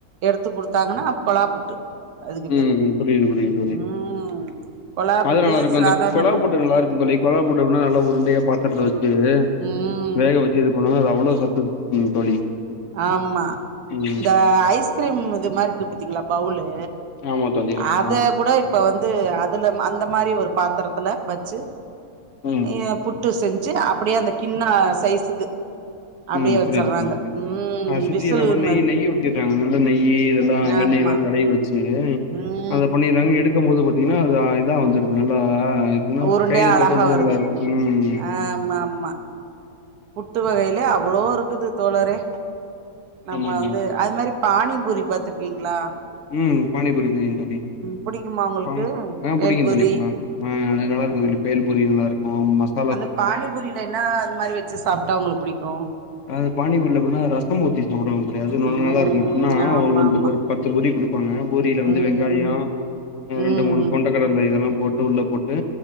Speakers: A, on the right (about 85°); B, on the left (about 60°).
A: எடுத்து குடுத்தாங்கன்னா கொழா புட்டு அதுக்கு
B: ம்
A: பேரு
B: ம் புரியுது புரியுது புரியுது
A: ம் கொழா
B: அது
A: புட்டு
B: நல்லா இருக்கு
A: சாதாரண
B: அந்த கொழா புட்டு நல்லா இருக்குந் தோழி கொழா புட்டு எப்டினா நல்லா உருண்டையா பாத்திரத்த வச்சு
A: ம்
B: வேக வச்சு இது பண்ணுவாங்க அது அவ்ளோ சத்து இருக்குந் தோழி
A: ஆமா
B: ம்
A: இந்த ஐஸ்கிரீம் இது மாரி இருக்கு பாத்தீங்ளா பவுலு
B: ஆமா தோழி ஆமா
A: அத கூட இப்ப வந்து அதுல அந்த மாரி ஒரு பாத்திரத்துல வச்சு
B: ம்
A: நீங்க புட் டு செஞ்சு அப்பிடியே அந்த கிண்ண சைஸுக்கு அப்டியே
B: ம்
A: வச்சர்றாங்க
B: புரியுது புரியுது தோழி
A: ம்
B: அத சுத்தி
A: விசில்
B: என்ன பண்
A: மாரி
B: நெய் நெய்யி ஊத்திர்றாங்க நல்ல நெய்யி இதெல்லா வெண்ணெய்
A: ஆமா
B: எல்லா தடவி வெச்சு
A: ம்
B: அத பண்ணிர்றாங்க எடுக்கும் போது பாத்தீங்கன்னா அது இதா வந்துருது நல்லா எப்பிட்னா
A: உருண்டையா
B: கையில
A: அழகா
B: தொடும் போதே
A: வருது
B: நல்லா இருக்கு ம்
A: ஆமா ஆமா புட்டு வகையில அவ்ளோ இருக்குது தோழரே நம்ம
B: ஆமா ஆமா
A: வந்து
B: தோழி
A: அது மாரி பானி பூரி பாத்திருக்கீங்களா
B: ம் பானி பூரி தெரியுந் தோழி
A: புடிக்குமா உங்களுக்கு
B: பானி ஆ
A: பேல்பூரி
B: புடிக்குந் தோழி பா ஆ அது நல்லா இருக்கு தோழி பேல் பூரி நல்லா இருக்கு மஸ்
A: அந்த பானி பூரில என்ன அது மாரி வச்சு சாப்ட்டா உங்களுக்கு புடிக்கு
B: அது பானி பூரில எப்டினா ரசம் ஊத்தி சாப்டுவாங்க தோழி அது ந
A: ம்
B: நல்லா இருக்கு எப்பிட்னா
A: ஆமா
B: ஒரு நம்பளுக்கு
A: ஆமா
B: ஒரு பத் து பூரி குடுப்பாங்க பூரியில வந்து
A: ம்
B: வெங்காயோ ஆ
A: ம்
B: ரெண்டு மூணு கொண்ட கடல இதெல்லா போட்டு உள்ள போட்டு